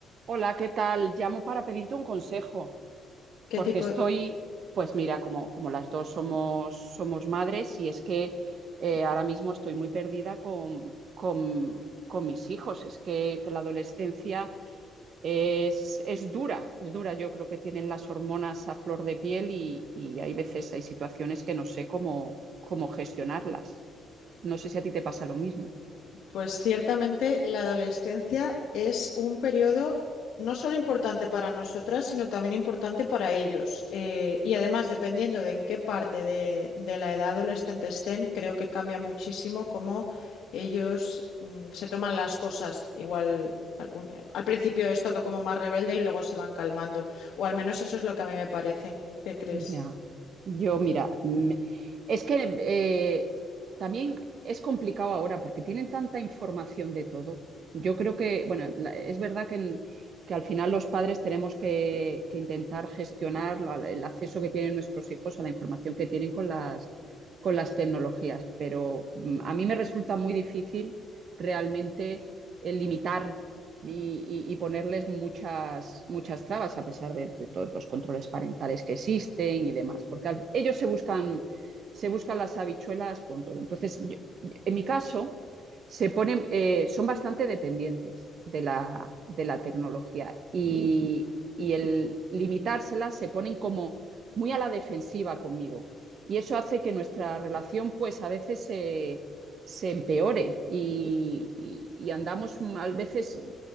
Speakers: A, on the right; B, on the left.
A: Hola, ¿qué tal? Llamo para pedirte un consejo,
B: ¿Qué
A: porque
B: tipo?
A: estoy, pues mira, como, como las dos somos, somos madres y es que eh, ahora mismo estoy muy perdida con, con- con mis hijos. Es que, que la adolescencia es, es dura, es dura. Yo creo que tienen las hormonas a flor de piel y, y hay veces, hay situaciones que no sé cómo, cómo gestionarlas. No sé si a ti te pasa lo mismo.
B: Pues ciertamente la adolescencia es un periodo no solo importante para nosotras, sino también importante para ellos. Eh, y además, dependiendo de en qué parte de, de la edad adolescente estén, creo que cambia muchísimo cómo ellos mm, se toman las cosas. Igual algún- eh, al principio es todo como más rebelde y luego se van calmando. O al menos eso es lo que a mí me parece. ¿Qué crees?
A: Ya, yo mira, mm, es que eh, también es complicado ahora porque tienen tanta información de todo. Yo creo que, bueno, la- es verdad que, en- que al final los padres tenemos que, que intentar gestionar la- el acceso que tienen nuestros hijos a la información que tienen con las, con las tecnologías, pero mm, a mí me resulta muy difícil realmente eh, limitar y, y- y ponerles muchas, muchas trabas a pesar de, de todos los controles parentales que existen y demás, porque al- ellos se buscan, se buscan las habichuelas con todo. Entonces, yo- en mi caso, se ponen, eh, son bastante dependientes de la, de la tecnología y, y el limitársela se ponen como muy a la defensiva conmigo. Y eso hace que nuestra relación, pues a veces se se empeore y, y- y andamos a veces